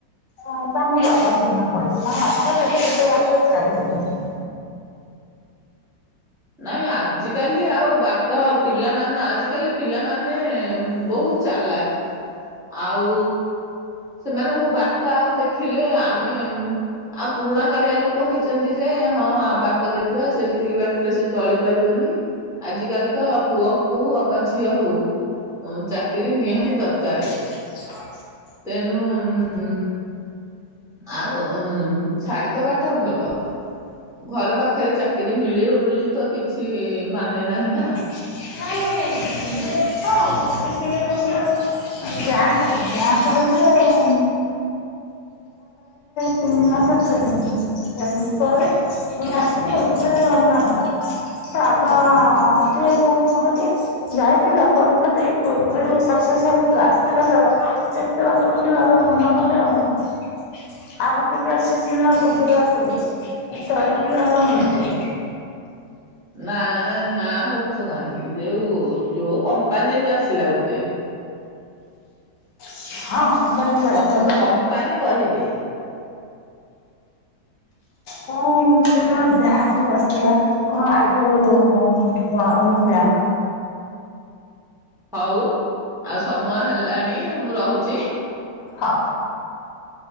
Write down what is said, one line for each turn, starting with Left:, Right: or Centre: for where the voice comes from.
Left: ହଁ ତାଙ୍କ ବାବା ମନା କଲେ। ତା ବାବା କହିଲେ ନାଇଁ ତା ବାପା ଛାଡ଼ିବେନି।
Centre: ନାଇଁ ଆଜିକାଲି ଆଉ ବାକି ତ ପିଲାମାନେ ଆଜିକାଲି ପିଲାମାନେ ବହୁତ ଚାଲାକ୍। ଆଉ ସେମାନଙ୍କୁ ବାଟ ଆଉ ଦେଖିଲେ ଆମେ ଆଉ ପୁରୁଣା କାଳିଆ ଲୋକ ହେଇଛନ୍ତି ଯେ ହଁ ବାଟ ଦେଖିବା ସେତିକି ବାଟ। ସେ ଚଳି ପାରିବନି। ଆଜିିକାଲି ତ ପୁଅ ହଉ ଅବା ଝିଅ ହଉ ଅଁ ଚାକିରି ନିହାତି ଦରକାର।
Left: <unintelligible>
Centre: ତେଣୁ ଉଁ ଉଁ। ଆଉ ଛାଡିଦବା ଟା ଭଲ। ଘର ପାଖରେ ଚାକିରି ମିଳିବ ବୋଲି ତ କିଛି ମାନେ ନାହିଁ ନା।
Left: <unintelligible> <unintelligible> ଏନେ ଆଙ୍କର ଏନେ ତିନି ମାସ ଟ୍ରେନିଂ। ଟ୍ରେନିଂ ପରେ ପୁଣି ଆସିବେ ଓଡିଶାରେ ରହିଥାନ୍ତା। ତା ବାପା ଆଗୁଆ ତୁ ଏ କହିଲେ। ଯାଇଥିଲ ପରୀକ୍ଷା ଦେଇ। ପରୀକ୍ଷାରେ ସକ୍ସେସ୍ ହେଉଥିଲା। ଆସିଥିଲା ତାର ଏତେ ବାଟ ବୋଲି ବାବା ମନା କଲେ ଆଉ। <unintelligible> ଆଉ ଗୋଟେ ବି ଆସିଥିଲା ଗୁଜୁରାଟରୁ ଏତେ ବାଟ ବି ବାବା ମନା କଲେ।
Centre: ନା ନା କହୁଛ କାହିଁକି ଯୋଉ ଯୋଉ କମ୍ପାନୀରୁୁ ଆସିଲା ଗୋଟେ
Left: ହଁ କମ୍ପାନୀରୁ
Centre: କ
Left: ଆସିଥିଲା ପା
Centre: କମ୍ପାନୀ କହିବେ।
Left: କଣ ସେଟା ଯାହା ହଉ ଆସିଥିଲା। କଣ ଆଇଯଉ କଣନ ବ୍ୟାଙ୍କ।
Centre: ହଉ ଆଉ ସମୟ ହେଲାଣି ମୁଁ ରହୁଛି।
Left: ହଁ